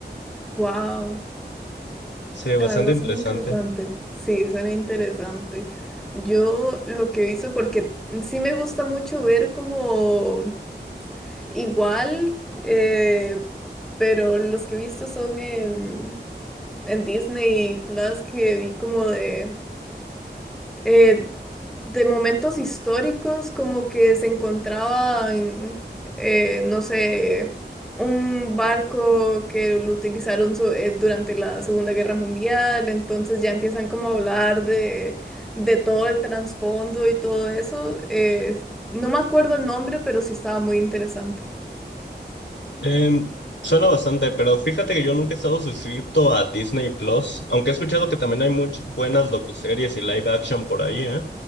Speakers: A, in the centre; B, on the left.
A: Wow,
B: Sí,
A: la
B: bastante
A: verdad
B: interesante.
A: suena interesante. Sí, suena interesante. Yo lo que hice, porque sí me gusta mucho ver como igual, eh, pero los que he visto son en, en Disney Plus que vi como de, eh, de momentos históricos, como que se encontraban, eh, no sé, un barco que lo utilizaron so- eh, durante la Segunda Guerra Mundial, entonces ya empiezan como a hablar de, de todo el trasfondo y todo eso. eh, no me acuerdo el nombre, pero sí estaba muy interesante.
B: Em, suena bastante, pero fíjate que yo nunca he estado suscrito a Disney Plus, aunque he escuchado que también hay muchas buenas docuseries y live action por ahí, ¿eh?